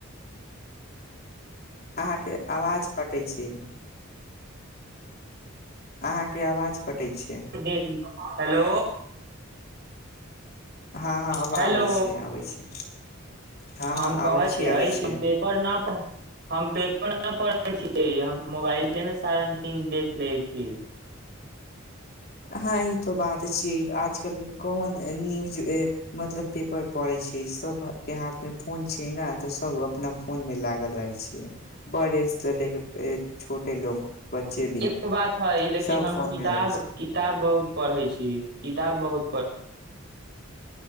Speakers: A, on the left; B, on the right.
A: अहाँके आवाज कटै छै अहाँके आवाज कटै छै
B: देख हेलो
A: हँ हँ अब
B: हेलो
A: आबै छै आबै छै हँ
B: हम
A: हँ
B: कहै
A: आबै छै
B: छियै
A: आबै छै
B: कि पेपर न प हम पेपर न पढ़ै छियै हम मोबाइले मे सारा न्यूज देख लैय छी
A: हँ ई तो बात छियै आजकल के कॉमन न्यूज मतलब पेपर पड़े छै सब के हाथ मे फोन छियै ने तऽ सब अपना फोन मे लागल रहे छियै बेड़े से ले के छोटे लोग बच्चे भी
B: एगो बात है लेकिन
A: सब
B: हम
A: फोन
B: किताब
A: में लागै छै
B: किताब बहुत पढ़ै छी किताब बहुत पढ़